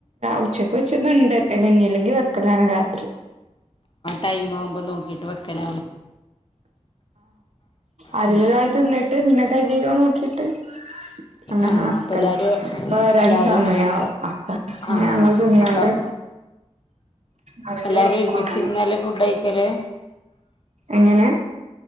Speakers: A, on the right (about 65°); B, on the left (about 45°).
A: ഉച്ചക്ക് വെച്ചതുണ്ട് തെനഞ്ഞി അല്ലെങ്കി വെക്കലാണ് രാത്രി.
B: ടൈമ് ആവുമ്പോ നോക്കിട്ട് വെക്കലാ
A: അരീലൊരാൾ
B: ആ
A: തിന്നിട്ട് പിന്നെ തികയോ നോക്കിട്ട് അങ്ങനെ
B: ആ
A: വക്കല
B: അപ്പൊ എല്ലാരും
A: വരാൻ
B: എല്ലാരും
A: സമയാവും അപ്പൊ
B: ആ
A: ഞങ്ങൾ തിന്നാണ്ട്
B: അപ്പൊ
A: ആണെങ്കി
B: എല്ലാരും
A: വെക്കും
B: ഒരുമിച്ചിരുന്നല്ലേ
A: അങ്ങനെ
B: ഫുഡ്‌ കയിക്കല്?
A: എങ്ങനെ